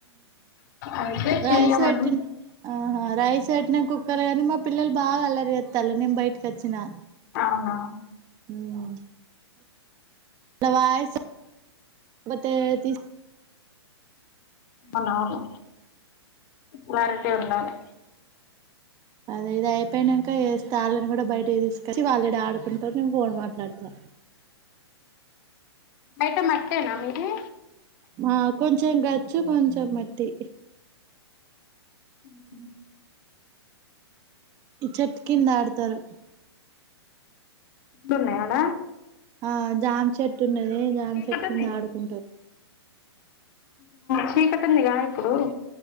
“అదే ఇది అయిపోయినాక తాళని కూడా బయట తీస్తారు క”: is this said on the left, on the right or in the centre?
Right